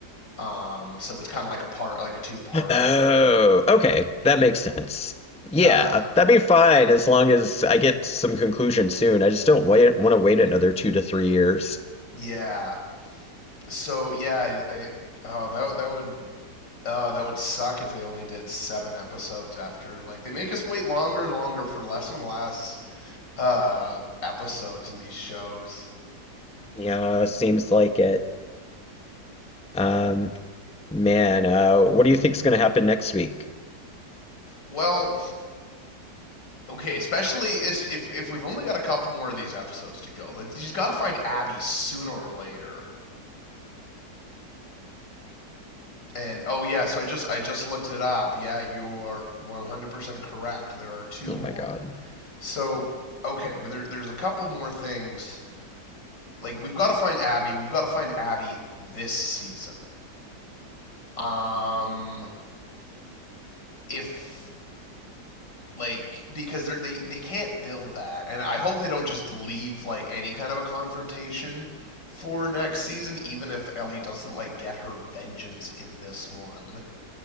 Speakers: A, on the left; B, in the centre.
A: Um, so it's kind of like a part, like a two-parter.
B: Oh, okay, that makes sense. Yeah,
A: Uh,
B: that'd be fine as long as I get some conclusion soon. I just don't wait, want to wait another two to three years.
A: yeah. So yeah, I, I oh that that would oh that would suck if they only did seven episodes after. Like they make us wait longer and longer for less and less uh episodes in these shows.
B: Yeah, seems like it. Um, Man, uh, what do you think's going to happen next week?
A: Well, okay, especially if if, if we've only got a couple more of these episodes to go. Like you've got to find Abby sooner or later. And oh yeah, so I just I just looked it up. Yeah, you are 100% correct. There are two
B: Oh
A: more.
B: my God.
A: So okay, well, there, there's a couple more things. Like we've got to find Abby, and we've got to find Abby this season. Um, if like because they they they can't build that, and I hope they don't just leave like any kind of a confrontation for next season, even if Ellie doesn't like get her vengeance in this one.